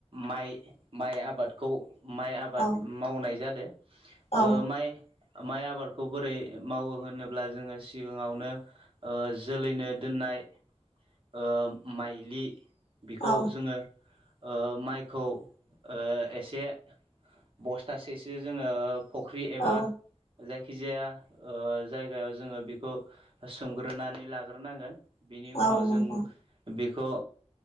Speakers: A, on the right; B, on the left.
A: माइ माइ आबादखौ माइ आबाद
B: औ
A: मावनाय जादों
B: औ
A: ओ माइ माइ आबादखौ बोरै मावो होनोब्ला जोङो सिगाङावनो। ओ जोलैनो दोननाय ओ माइ लि बेखौ
B: औ
A: जोङो ओ माइखौ ओ एसे बस्थासेसो जोङो फुख्रि एबा
B: औ
A: जायखिजाया ओ जायगायाव जोङो बेखौ सोमग्रोनानै लाग्रोनांगोन। बेनि उनाव
B: औ नोंथां
A: जों बेखौ